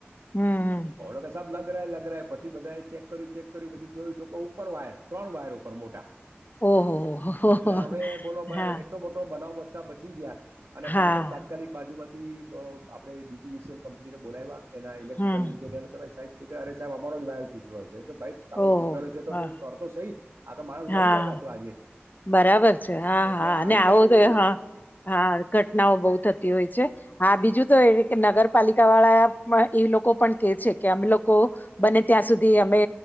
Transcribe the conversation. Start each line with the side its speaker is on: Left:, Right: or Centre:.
Left: હમ હમ
Right: ઓલો કે સાબ લગ લગ લગ રહા પછી બધા ચેક કર્યું ચેક કર્યું પછીયું તો કે ઉપર વાયર ત્રણ વાયર ઉપર મોટા
Left: ઓહો હો હો
Right: એટલે હવે બોલો
Left: હા
Right: એટલો મોટો બનાવ બતા બચી ગયા અને
Left: હા
Right: તરત તાત્કાલિક બાજુમાંથી આપણે ડીજીવીસીએલ કંપનીનો બોલાવવા એના ઇલેક્ટિકલ
Left: હમ
Right: એન્જિનયર કે સાહેબ કે અરે સાહેબ અમારો જ તૂટ્યો છે તો ભાઈ
Left: ઓહ
Right: તારો તૂટેલો છે તો
Left: હા
Right: તુ કરતો સહી આ તો માણસ
Left: હા
Right: મરી જાત આજે
Left: બરાબર છે હા
Right: એટલે
Left: હા અને
Right: આવી
Left: આવો
Right: જાતની
Left: તો હા હા ઘટનાઓ બહુ થતી હોય છે, હા બીજું તો એ નગરપાલિકા વાળા એ લોકો પણ કે છે કે અમે લોકો બને ત્યાં સુધી અમે